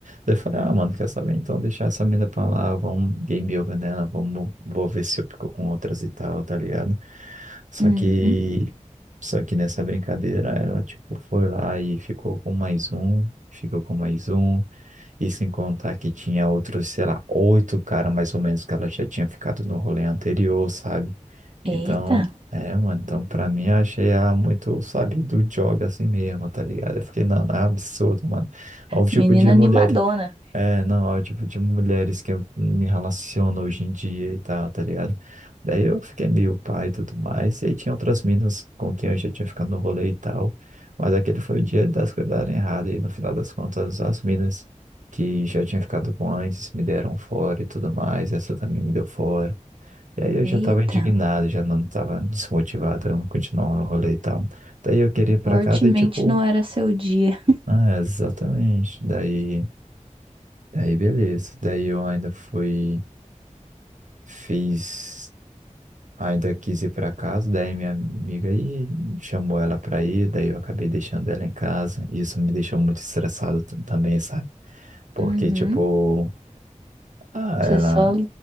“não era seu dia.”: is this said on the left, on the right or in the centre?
Right